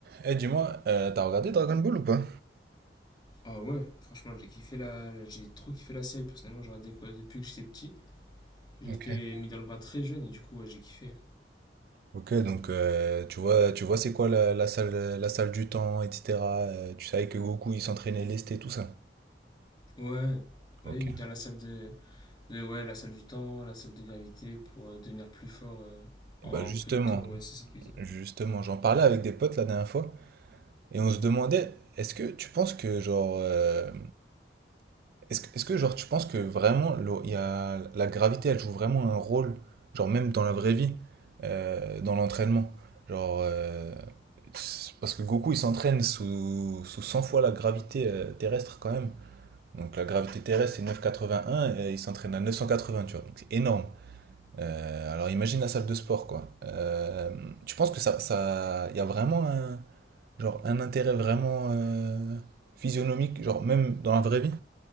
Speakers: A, on the right; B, on the left.
A: Eh, dis-moi, euh, t'as regardé Dragon Ball ou pas?
B: Ah ouais, franchement, j'ai kiffé la... j'ai trop kiffé la série. Personnellement, j'aurais depuis que j'étais petit. J'ai
A: Ok.
B: été mis dans le bain très jeune et du coup, ouais, j'ai kiffé.
A: Ok, donc euh, tu vois, tu vois c'est quoi la, la salle, la salle du temps, etc. euh, tu savais que Goku il s'entraînait lesté, tout ça.
B: Ouais,
A: Ok.
B: bah oui, dans la salle de... de- Ouais, la salle du temps, la salle de gravité pour euh, devenir plus fort euh,
A: Et
B: en
A: bah justement,
B: peu de temps. Ouais, c'est ça qu'ils faisaient.
A: justement, j'en parlais avec des potes la dernière fois et on se demandait, est-ce que tu penses que genre euh, Est-ce que, est-ce que genre tu penses que vraiment le- il y a, la gravité elle joue vraiment un rôle, genre même dans la vraie vie, euh, dans l'entraînement? Genre euh, c'est parce que Goku il s'entraîne sous, sous 100 fois la gravité euh, terrestre quand même. Donc la gravité terrestre c'est 9,81 et il s'entraîne à 980, tu vois. Donc c'est énorme. Euh, alors imagine la salle de sport quoi. Euh, tu penses que ça, ça, il y a vraiment un, genre un intérêt vraiment euh, physionomique, genre même dans la vraie vie?